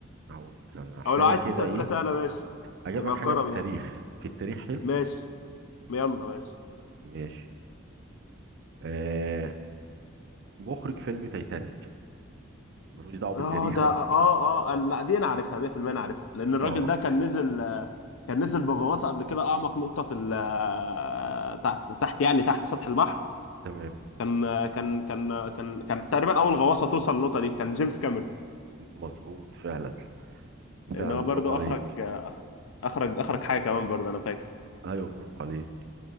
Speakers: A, on the right; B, on the left.
A: هقول لك انا حاجه
B: او لو عايز
A: كده
B: تسال
A: ايه
B: اسئله سهله ماشي
A: هجيب
B: يبقى
A: لك حاجه
B: كرم
A: في التاريخ
B: يعني
A: في التاريخ حلو
B: ماشي يلا ماشي
A: ماشي آه مخرج فيلم تايتانيك ملوش دعوه
B: اه
A: بالتاريخ
B: ده
A: اهو
B: اه اه أنا لا دي انا عارفها 100% انا عارفها لان الراجل
A: اه
B: ده كان نزل آه، كان نزل بغواصه قبل كده اعمق نقطه في ال- آه، تحت تحت يعني تحت سطح البحر
A: تمام
B: كان آه، كان كان آه، كان كان تقريبا اول غواصه توصل للنقطه دي كان جيمس كاميرون
A: مظبوط فعلا
B: لان
A: فعلا
B: هو
A: برافو
B: برضو
A: عليك
B: اخرج آه، أخ- اخرج اخرج حاجه كمان برضو انا فاكر
A: ايوه برافو عليك